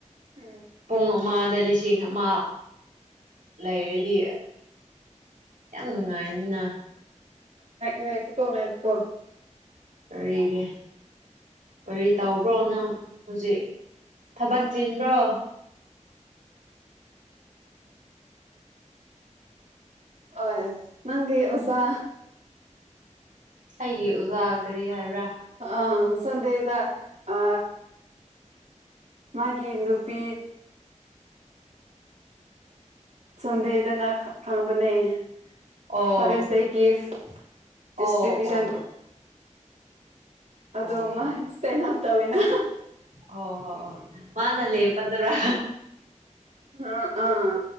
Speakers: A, on the right; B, on the right.
A: ꯎꯝ
B: ꯄꯨꯡ ꯃꯥ ꯂꯤ ꯅ ꯑꯃ ꯂꯩꯔꯗꯤ ꯌꯥꯝ ꯅꯨꯡꯉꯥꯏꯅꯤꯅ
A: ꯉꯀꯣ ꯉꯥꯏꯣ
B: ꯀꯔꯤꯒꯤ ꯀꯔꯤ ꯇꯧꯕ꯭ꯔꯣ ꯅꯪ ꯍꯧꯖꯤꯛ ꯊꯕꯛ ꯆꯤꯟꯕ꯭ꯔꯣ
A: ꯑꯣ ꯅꯪꯒꯤ ꯑꯣꯖꯥ
B: ꯑꯩꯒꯤ ꯑꯣꯖꯥ ꯀꯔꯤ ꯍꯥꯏꯕ꯭ꯔꯥ
A: ꯑ ꯁꯗꯗ ꯑ ꯃꯥꯒꯤ ꯅꯨꯄꯤ ꯁꯟꯗꯦꯗꯅ ꯈꯪꯕꯅꯦ <unintelligible>
B: ꯑꯣ
A: ꯗꯤꯁꯇ꯭ꯔꯤꯕ꯭ꯌꯨꯁꯟ
B: ꯑꯣ ꯑꯣ
A: ꯑꯗꯣ
B: ꯑꯣ
A: ꯃꯥ
B: ꯑꯣ
A: ꯁ꯭ꯇꯦꯅ ꯇꯧꯏꯅ
B: ꯑꯣ ꯑꯣ ꯑꯣ ꯃꯥꯅ ꯂꯩ ꯄꯗꯨ ꯋꯥ
A: ꯑ ꯑꯥ